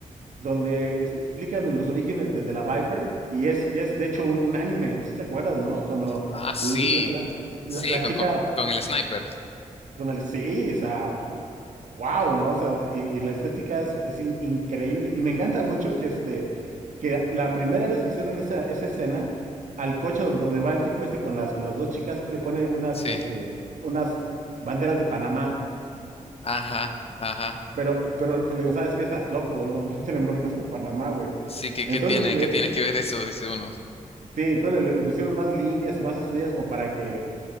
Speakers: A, on the right (about 65°); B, on the left (about 45°).
A: donde es- explican los orígenes de, de la Viper y es, es de hecho un, un anime, si te acuerdas, ¿no? Cuando
B: Ah, sí,
A: la, la- la-
B: sí,
A: la
B: con,
A: chica
B: con, con el sniper,
A: con el sí, o sea, wow, ¿no? O sea, de- y, y la estética es, es in- increíble y me encanta mucho que este, que la primera vez que hicieron esa, esa escena, al coche don- donde, va el tipo este con las, con las dos chicas, le pone unas,
B: sí.
A: este, unas banderas de Panamá.
B: Ajá, ajá.
A: Pero, pero, pero digo, ¿sabes qué? Estás loco, güey. No, <laughs> no tienen broncas con Panamá, güey.
B: Sí, que
A: Entonces,
B: qué tiene, qué tiene que ver eso? Dice uno.
A: Sí, entonces le, le pusieron más líneas y más estrellas como para que,